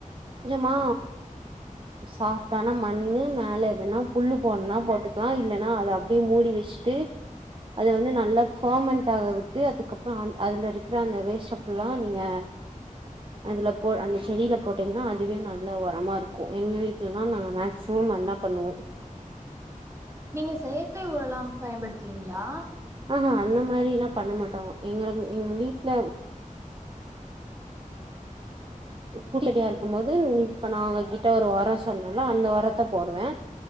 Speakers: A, on the right; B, on the right.
A: கொஞ்சமா சாஃப்ட்டான மண் மேலே எதுனா புல் போணுனா போட்டு கனு இல்லன்னா அத அப்டியே மூடி வச்சுட்டு அத வந்து நல்லா ஃபார்மண்ட் ஆக விட்டு அதுக்கப்றோ அ அதுல இருக்கிற அந்த வேஸ்ட்டப் இப்டில்லா நீங்க அதுல போ அந்த செடில போட்டீங்கன்னா அதுவே நல்ல உரமா இருக்கும் எங்க வீட்லலா நாங்க மேக்சிமம் அதா பண்ணுவோ
B: நீங்க செயற்கை ஒரல்லா பயன்படுத்துவீங்ளா
A: ஆ ஹா அந்த மாரில்லா பண்ண மாட்டோ எங்க எங்க வீட்ல <unintelligible> இருக்கு போது இப்ப நா உங்க கிட்ட ஒரு ஒரோ சொன்னேல அந்த ஒரத்த போடுவே